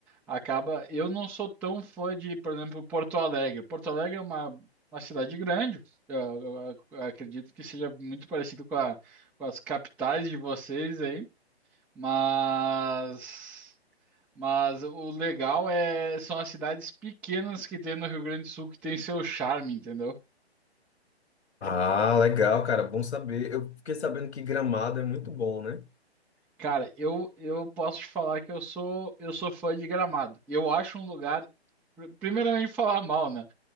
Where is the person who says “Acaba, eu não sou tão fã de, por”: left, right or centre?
Centre